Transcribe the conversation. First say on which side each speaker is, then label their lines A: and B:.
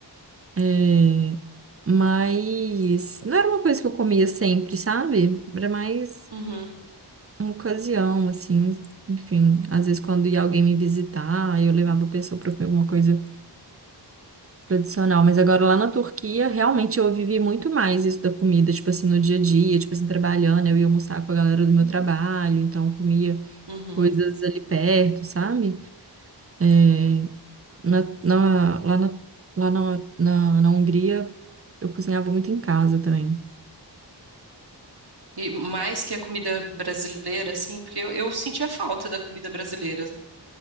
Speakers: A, on the right (about 35°); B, on the right (about 65°).
A: É, mas não era uma coisa que eu comia sempre, sabe? Era mais
B: Uhum,
A: uma ocasião, assim, enfim, às vezes quando ia alguém me visitar, eu levava a pessoa para comer alguma coisa tradicional, mas agora lá na Turquia, realmente eu vivi muito mais isso da comida, tipo assim, no dia a dia, tipo assim, trabalhando, eu ia almoçar com a galera do meu trabalho, então comia
B: uhum.
A: coisas ali perto, sabe? É, na, na- lá na, lá na, na, na Hungria, eu cozinhava muito em casa também.
B: E mais que a comida brasileira, assim, porque eu, eu sentia falta da comida brasileira